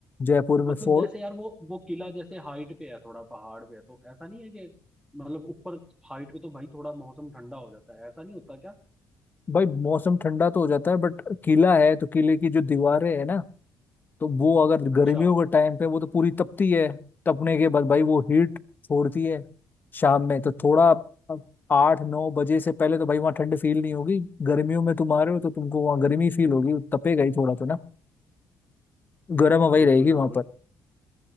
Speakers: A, on the left (about 30°); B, in the centre.
A: जयपुर में
B: मतलब
A: फो,
B: जैसे यार वो वो किला जैसे हाइट पे है थोड़ा पहाड़ पे है तो ऐसा नहीं है कि मतलब ऊपर हाइट पे तो भाई थोड़ा मौसम ठंडा हो जाता है ऐसा नहीं होता क्या
A: भाई मौसम ठंडा तो हो जाता है बट किला है तो किले की जो दीवारें है ना तो वो अगर
B: अच्छा
A: गर्मियों के टाइम पे वो तो पूरी तपती है तपने के बाद भाई वो हीट छोड़ती है शाम में तो थोड़ा अब आठ नौ बजे से पहले तो भाई वहाँ ठंड फील नहीं होगी गर्मियों में तुम आ रहे हो तो तुमको वहाँ गर्मी फील होगी तपेगा ही थोड़ा तो ना गर्म हवा ही
B: बिल्कुल
A: रहेगी
B: बिल्कुल
A: वहां पर